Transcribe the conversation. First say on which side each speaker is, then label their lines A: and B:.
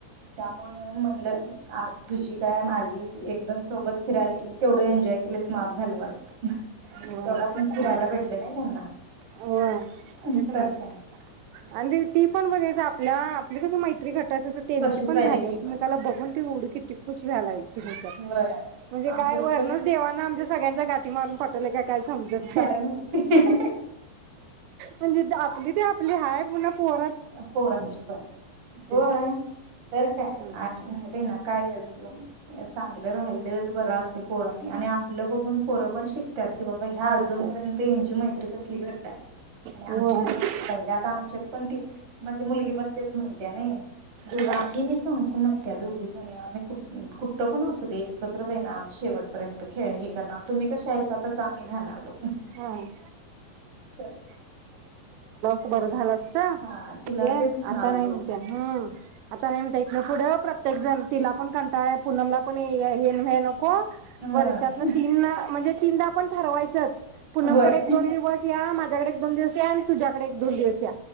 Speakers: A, on the right; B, on the right.
A: त्यामुळं म्हणलं आज तुझी काय माझी एकदम सोबत फिरायला गेली तेवढे एन्जॉय केले मा धन्यवाद. तेवढा
B: होय होय ते
A: पण फिरायला
B: आहेच
A: भेटले नाही त्यांना.
B: होय
A: <inaudible>
B: ते पण
A: काय.
B: आहे. आणि ती पण बघायचं आपल्या. हिला कसं माहि रात्री घाटात त्यांची
A: तशीच
B: पण झाली
A: त्यांची
B: आहे एकमेकाला
A: पण.
B: बघून तेवढी किती खुश <inaudible>
A: होय.
B: म्हणजे काय
A: आमच्यात
B: वरणच
A: तर
B: देवानं आमच्या सगळ्यांच्या गाठी मारून पट तुला का काय समजत <unintelligible>
A: काय माहिती.
B: म्हजे जी आपली ते आपली हाय पुन्हा पोरं
A: पोरांचे पण होय
B: ते
A: तर काय
B: हा
A: आणि नाही बाईंनाकाय चांगलं राहिलेच बरं असते पोरांनी आणि आपलं बघून पोरं पण शिकतात. कि बाबा ह्या अजूनपर्यंत
B: शिकतात
A: यांची मैत्री कसली घंट्ट आहे आणि
B: हो
A: आमची
B: हा
A: पण आशी पाहिजे आता आमच्यात पण ती माझी मुलगी पण तेच म्हणत्या नाही दो
B: हा
A: आम्ही नाही संकू म्हणत्या दोघी जणी आम्ही खूप कुठं पण असू दे. एकत्र बाई ना आम्ही शेवटपर्यंत खेळ हे करणार, तुम्ही कशा आहेसा तस आम्ही राहणार बघ
B: हा
A: तर
B: बर झालं असतं. हॅलो
A: हा तिला
B: हा
A: तेच
B: ए
A: म्हणालतो
B: आता नाही म्हणत्या हा आता नाही म्हणत्या इथन पुढ प्रत्य एक्झाम तिला पण कंटाळा हाय पूनमला पण ए आय ए. ह <unintelligible> कोण
A: ह
B: वर्षातन तीनवेळा म्हणजे. तीनदा आपण ठरवायचच. पुनमकडे
A: होय
B: एक दोन दिवस या माज्या तूझ्याकड एक दोन दिवस या आणि तुझ्याकड एक दोन दिवस या,